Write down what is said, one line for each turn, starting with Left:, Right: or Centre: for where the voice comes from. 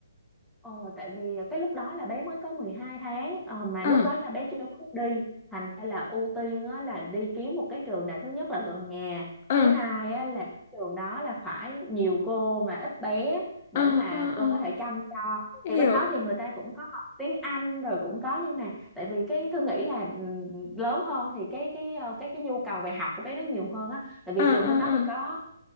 Centre: Ờ, tại vì cái lúc đó là bé mới có 12 tháng ờ, mà
Left: À,
Centre: lúc đó là bé chưa có đi thành ra là ưu tiên á, là đi kiếm một cái trường nào thứ nhất là gần nhà
Left: à,
Centre: thứ hai á, là trường đó là phải nhiều cô mà ít bé để
Left: à, à,
Centre: mà cô có thể
Left: à,
Centre: chăm cho thì
Left: hiểu,
Centre: bên đó thì người ta cũng có học tiếng Anh rồi cũng có nhưng mà tại vì cái Thư nghĩ là ừ, lớn hơn thì cái cái ờ, cái cái nhu cầu về học của bé nó nhiều hơn á tại vì
Left: à,
Centre: trường bên
Left: à,
Centre: đó thì
Left: à,
Centre: có